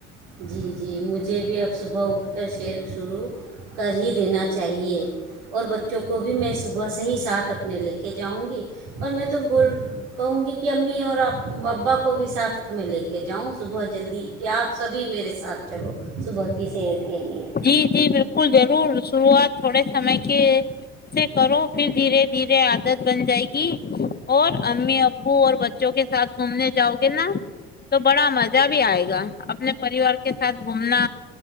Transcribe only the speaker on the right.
جی جی مجھے بھی اب صبح اٹھ کر شیر شروع کر ہی دینا چاہیے اور بچوں کو بھی میں صبح سے ہی ساتھ اپنے لے کے جاؤں گی اور میں تو بول کہوں گی کہ امی اور آپ ابا کو بھی ساتھ میں لے کے جاؤں صبح جلدی کہ آپ سبھی میرے ساتھ چلو صبح کی سیر کے لیے